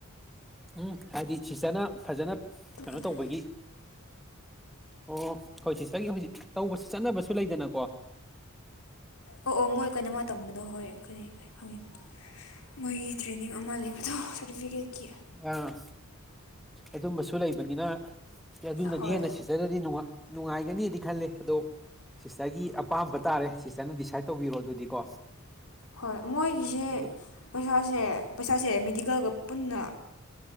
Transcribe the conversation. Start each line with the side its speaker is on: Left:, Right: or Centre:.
Centre: ꯎꯝꯍ ꯍꯥꯏꯗꯤ ꯁꯤꯁꯇꯔꯅ ꯐꯖꯅ ꯀꯩꯅꯣ
Left: ꯈꯜꯂꯦ
Centre: ꯇꯧꯕꯒꯤ ꯑꯣ ꯍꯣꯏ ꯊꯤ ꯇꯔꯒꯤ ꯍꯧꯖꯤꯛ ꯇꯧꯕꯁꯨ ꯆꯠꯅꯕꯁꯨ ꯂꯩꯗꯅꯀꯣ
Left: ꯑꯣ ꯑꯣ ꯃꯣꯏ ꯀꯣꯏꯅꯃ ꯇꯝꯕꯗꯣ ꯍꯣꯏ ꯀ꯭ꯔꯤ ꯍꯥꯢꯒ꯭ꯔꯦ ꯍꯣꯢ ꯃꯣꯏꯒꯤ ꯇ꯭ꯔꯦꯅꯤꯡ ꯑꯃ ꯂꯩꯕꯗꯣ ꯁꯥꯔꯇꯤꯐꯤꯀꯦꯠꯀꯤ
Centre: ꯑꯥ ꯑꯗꯨꯝꯕꯁꯨ ꯂꯩꯕꯅꯤꯅ ꯑꯗꯨꯅꯗꯤ
Left: ꯍꯣꯏ
Centre: ꯍꯦꯟꯅ ꯁꯤꯁꯇꯔꯗꯗꯤ ꯅꯨꯡꯉꯥꯏ ꯅꯨꯡꯉꯥꯏꯒꯅꯤꯗꯤ ꯈꯜꯂꯦ ꯑꯗꯣ ꯁꯤꯁꯇꯔꯒꯤ ꯑꯄꯥꯝꯕ ꯇꯥꯔꯦ ꯁꯤꯁꯇꯔꯅ ꯗꯤꯁꯥꯏꯠ ꯇꯧꯕꯤꯔꯣ ꯑꯗꯨꯗꯤꯀꯣ
Left: ꯍꯣꯏ ꯃꯣꯏꯒꯤꯁꯦ
Centre: ꯑꯗꯨ
Left: ꯄꯩꯁꯥꯁꯦ ꯄꯩꯁꯥꯁꯦ ꯃꯦꯗꯤꯀꯦꯜꯒ ꯄꯨꯟꯅ